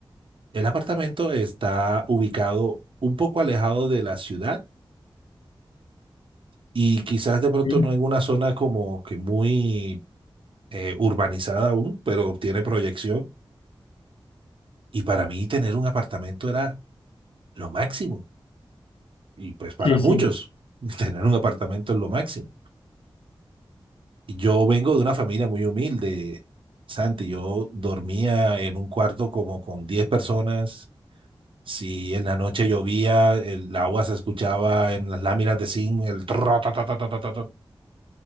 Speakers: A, on the right; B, on the left.
A: El apartamento está ubicado un poco alejado de la ciudad y quizás de pronto
B: sí, sí,
A: no en una zona como que muy eh, urbanizada aún, pero tiene proyección. Y para mí tener un apartamento era lo máximo. Y pues para
B: sí,
A: muchos,
B: sí,
A: <laughs> tener un apartamento es lo máximo. Yo vengo de una familia muy humilde, Santi. Yo dormía en un cuarto como con 10 personas. Si en la noche llovía, el agua se escuchaba en las láminas de zinc, el tra, ta, ta, ta, ta, ta, ta, ta.